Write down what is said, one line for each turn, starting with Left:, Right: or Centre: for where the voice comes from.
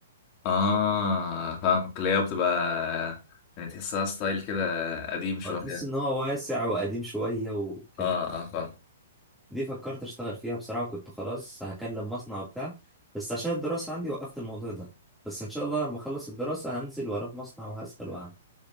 Left: اه فاهمك اللي هي بتبقى يعني تحسها ستايل كده قديم شوية
Centre: آه، تحس ان هو واسع وقديم شويه وكده
Left: اه اه فاهم
Centre: دي فكرت اشتغل فيها بصراحه وكنت خلاص هكلم مصنع وبتاع بس عشان الدراسه عندي وقفت الموضوع ده بس ان شاء الله لما اخلص الدراسه هنزل واروح مصنع وهسال وهعمل